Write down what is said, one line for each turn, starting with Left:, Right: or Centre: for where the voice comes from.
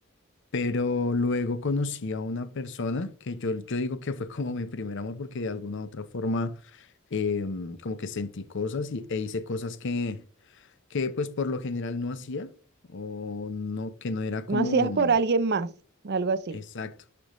Left: Pero luego conocí a una persona que yo, yo digo que fue como mi primer amor porque de alguna u otra forma em, como que sentí cosas y, e hice cosas que que pues por lo general no hacía o no, que no era como
Right: No hacías
Left: mm,
Right: por alguien más, algo así.
Left: exacto.